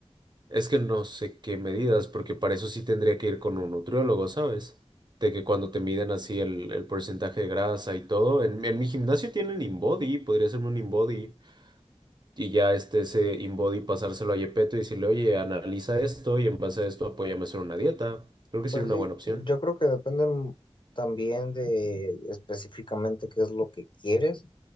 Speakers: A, on the right; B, on the left.
A: es que no sé qué medidas, porque para eso sí tendría que ir con un nutriólogo, ¿sabes? De que cuando te miden así el, el porcentaje de grasa y todo, en, en mi gimnasio tienen InBody, podría hacerme un InBody y ya este, ese InBody pasárselo a Yepeto y decirle, oye, analiza esto y en base a esto apóyame a hacer una dieta. Creo que sería
B: Pues
A: una
B: sí,
A: buena opción.
B: yo creo que depende m- también de específicamente qué es lo que quieres.